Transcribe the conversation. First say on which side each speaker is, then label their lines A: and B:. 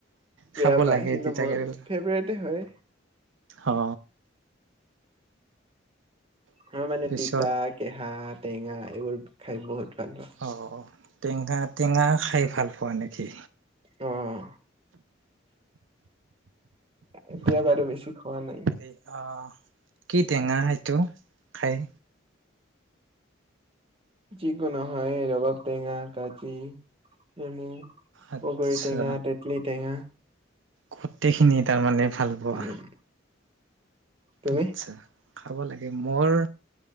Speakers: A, on the right; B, on the right.
A: খাব
B: বেয়া পায়
A: লাগে
B: কিন্তু
A: তিতা
B: মোৰ
A: কেৰেলা
B: ফেভৰেতে হয়।
A: অ।
B: অ মানে
A: পিছত
B: তিতা কেহাত টেঙা এইবোৰ খাই বহুত ভাল পাওঁ
A: অ। টেঙা টেঙা খাই ভাল পোৱা নেকি?
B: উম। এতিয়া
A: টেঙা
B: বাৰু বেছি খোৱা নাই।
A: হেৰি অ কি টেঙা সেইটো? খায়
B: যিকোনো হয়, ৰবাব টেঙা, কাজি, নেমু।
A: আচ্ছা
B: বগৰী টেঙা, তেঁতেলী টেঙা
A: গোটেইখিনি তাৰমানে ভাল পোৱা।
B: উম তুমি
A: আচ্ছা। খাব লাগে। মোৰ,